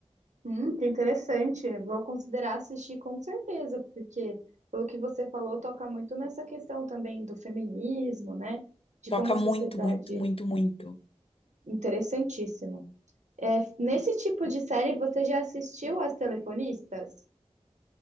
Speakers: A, on the right; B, on the left.
A: Hum, que interessante. Vou considerar assistir com certeza, porque pelo que você falou, toca muito nessa questão também do feminismo, né? De
B: Toca
A: como a
B: muito,
A: sociedade.
B: muito, muito, muito.
A: Interessantíssimo. É, nesse tipo de série, você já assistiu As Telefonistas?